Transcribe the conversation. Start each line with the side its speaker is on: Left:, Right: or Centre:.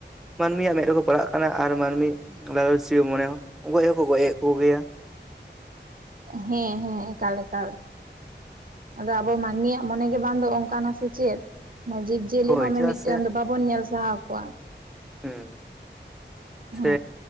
Centre: ᱢᱟᱹᱱᱢᱤᱭᱟᱜ ᱢᱮᱫ ᱨᱮᱠᱚ ᱯᱟᱲᱦᱟᱜ ᱠᱟᱱᱟ ᱟᱨ ᱢᱟᱹᱱᱢᱤ ᱞᱟᱞᱚ ᱡᱤᱭᱟᱹᱣ ᱢᱚᱱᱮ ᱦᱚᱸ ᱜᱚᱡ ᱦᱚᱸᱠᱚ ᱜᱚᱡ ᱮᱫ ᱠᱚ ᱜᱮᱭᱟ ᱾
Right: ᱦᱮᱸ ᱦᱮᱸ ᱮᱠᱟᱞ ᱮᱠᱟᱞ ᱟᱫᱚ ᱟᱵᱚ ᱢᱟᱹᱱᱢᱤᱭᱟᱜ ᱢᱚᱱᱮ ᱜᱮ ᱵᱟᱝᱫᱚ ᱚᱱᱠᱟᱱᱟ ᱥᱮ ᱪᱮᱫ ᱡᱤ
Centre: ᱦᱳᱭ
Right: ᱦᱚᱸ ᱢᱤᱼᱢᱤᱫᱴᱟᱝ
Centre: ᱪᱮᱫᱟᱜ ᱥᱮ
Right: ᱫᱚ ᱵᱟᱵᱚᱱ ᱧᱮᱞ ᱥᱟᱦᱟᱣ ᱠᱚᱣᱟ ᱾
Centre: ᱦᱩᱸ
Right: ᱦᱮᱸ
Centre: ᱥᱮ
Right: ᱾